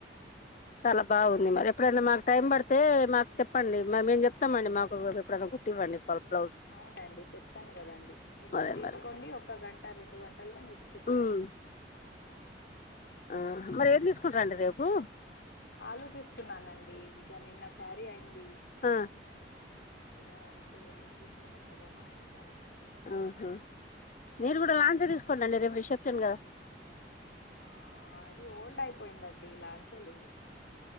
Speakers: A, on the left; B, on the left.
A: చాలా, బాగుంది. మరి, ఎప్పుడైనా, మాకు, టైం, పడితే, మాకు, చెప్పండి, మేము, చెప్తామండి. మాకు, ఎప్పుడైనా, కుట్టివ్వండి. బ్లౌజ్
B: అవునండి, చెప్తాను, కదండి మీరు,
A: అదే
B: తీసుకోండి,
A: మరి
B: ఒక గంట, రెండుగంట ఇ మీకు కుట్టి
A: ఉమ్
B: పట్ <unintelligible>
A: ఆ, మరి, ఏం, తీసుకుంటారండి. రేపు,
B: ఆలోచిస్తున్నానండి, ఇక, నిన్న, శారీ, అయింది.
A: ఆ,
B: ఇక, ఇప్పుడు, ఏం, తీసుకోమంటారు, మా, ఆయన, గారు, మరి,
A: ఆహా,
B: ఉమ్.
A: మీరు, కూడా, లాంచ, తీసుకోండి, రేపు, రిసెప్షన్, కదా
B: ఆ, అది, ఓల్డ్, అయిపోయిందండి. లాంఛాలు